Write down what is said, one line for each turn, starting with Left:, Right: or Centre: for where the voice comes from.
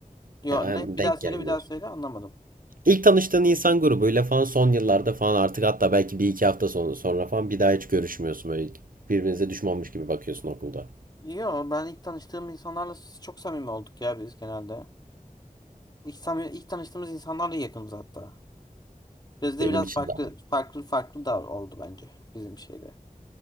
Left: Yo
Right: He, hem
Left: ne bir
Right: denk
Left: daha söyle
Right: gelmiyor.
Left: bir daha söyle anlamadım.
Right: İlk tanıştığın insan grubuyla falan son yıllarda falan artık hatta belki bir iki hafta sonra, sonra falan bir daha hiç görüşmüyorsun böyle birbirinize düşmanmış gibi bakıyorsun okulda.
Left: Yo ben ilk tanıştığım insanlarla s- çok samimi olduk ya biz genelde. İlk, samimi, ilk tanıştığımız insanlarla yakınız hatta. Bizde
Right: Benim
Left: biraz
Right: için
Left: farklı
Right: de
Left: farklı farklı da oldu bence bizim şeyde.